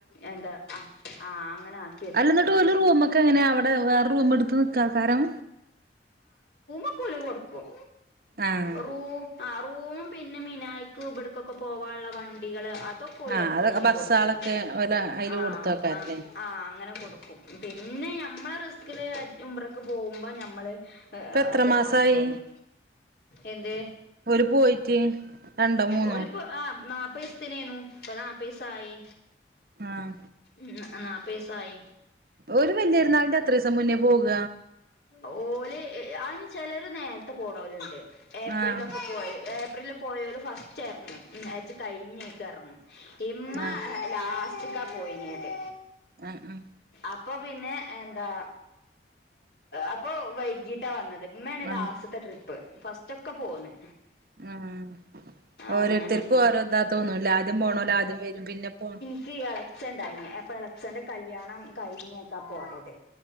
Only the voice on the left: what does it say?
എന്താ ആഹ് ആഹ് അങ്ങനെ ആക്
അക്കൊല് കൊട്ക്കും
റും. ആഹ് റൂമും പിന്നെ മിനായിക്ക് ഇമ്പട്ക്കൊക്കെ പോവാള്ള വണ്ടികള് അത് ദ ക്കൊല്
ഏർപ്പെടുത്തി
കൊട്ക്കും
ആഹ്
ആഹ് ആഹ് അങ്ങനെ കൊട്ക്കും. പിന്നെ ഞമ്മളെ റിസ്കില് ഉംറക്ക് പോകുമ്പോ ഞമ്മള്. ഏഹ്
ആഹ്
പോവണം
തോന്നും. എന്തെ
ഓൽപ്പോ ആഹ് ന്നാപ് പ്പീസ്ത്തിനെന്നു പ്പോ ന്നാപ്പീസായി.
ഉം ന്നാ ന്നാപ്പീസായി.
ഓല് എഹ് അയ്ന് ചെലൊര് നേരത്തെ പോണോല്ണ്ട്. ഏപ്രിലൊക്കെ
പോയ് ഏപ്രിൽ പോയോല് ഫസ്റ്റ് എർങ്ങും ഉം ഹെജ്ജ്‌ കഴിഞ്ഞെക്കെ എർങ്ങും. ഇമ്മ
ലാസ്റ്റക്കാ പോയിനത്.
അപ്പൊ പിന്നെ എന്താ? അപ്പൊ വൈകീട്ടാ വന്നത് ഇമ്മാണ്
ലാസ്റ്റത്തെ ട്രിപ്പ് ഫസ്റ്റ് ഒക്കെ പോന്ന്.
അങ്ങനെ
ഇളച്ചൻ ഉണ്ടായി അപ്പൊ ഇളച്ചന്റെ കല്യാണം കഴിഞ്ഞൊക്കാ പോയത്